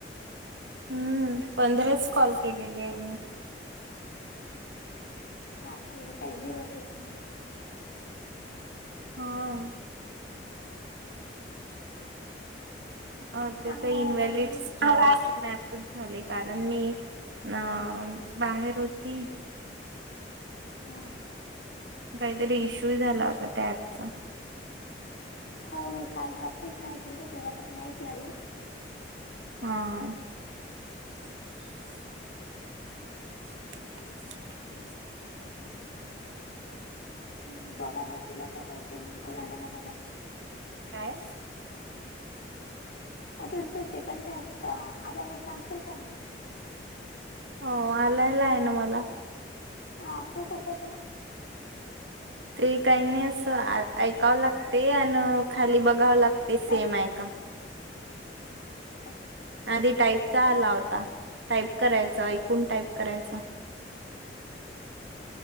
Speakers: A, on the right; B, on the left.
A: हम्म पंधराच कॉल केलेली आहे मी.
B: हा ती काही झिरो सेकंड ती
A: हां अ तेथ,
B: चांगला
A: इनव्हलिडस
B: आहे मग
A: <unintelligible> मॅपच झालंय, कारण मी अ बाहेर होती.
B: हा.
A: काहीतरी इश्यू ही झाला होता त्या ऍपचा.
B: हो मी काल रात्री ट्राय केली तर तेव्हा तर नाहीच लागले.
A: हां. <inaudible>
B: ती बघावं लागेल आता काही कोणी कोणाला म्हणावं लागेल.
A: काय?
B: अजून ते सेकंड टास्का आल्यावर सांगशील का मग?
A: हो आलायला आहे ना मला.
B: हा, तो कशाच आहे?
A: ते काही नाही असं, ऐकावं लागते आण, खाली बघावं लागते
B: टाईप
A: सेम हाय का?
B: <inaudible>
A: आधी टाईपचा आला होता. टाईप करायचां, ऐकून टाईप करायचा.